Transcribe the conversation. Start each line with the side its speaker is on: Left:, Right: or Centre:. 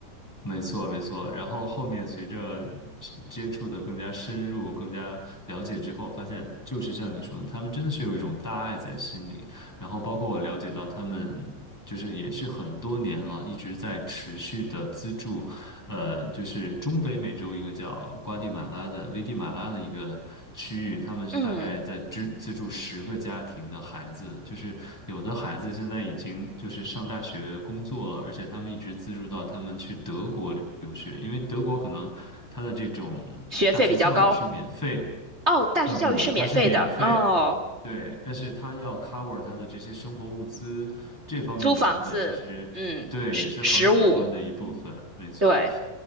Centre: 没错，没错。然后后面随着是接触的更加深入、更加了解之后，发现就是像你说的，他们真的是有一种大爱在心里。然后包括我了解到，他们就是也是很多年了，一直在持续的资助呃，就是中北美洲一个叫瓜地马拉的危地马拉的一个区域，他们大概在资资助十个家庭的孩子，
Right: 嗯，
Centre: 就是有的孩子现在已经就是上大学工作了，而且他们一直资助到他们去德国留留学，因为德国可能他的这种大学教育是免费。
Right: 学费比较高哦，大学教育是免费的哦，
Centre: 呃，不，它是免费，对，但是它要 cover 它的这些生活物资这方面的成本，
Right: 租房子，
Centre: 其实对也是很可观的一部分，
Right: 嗯，食食物，
Centre: 没错。
Right: 对，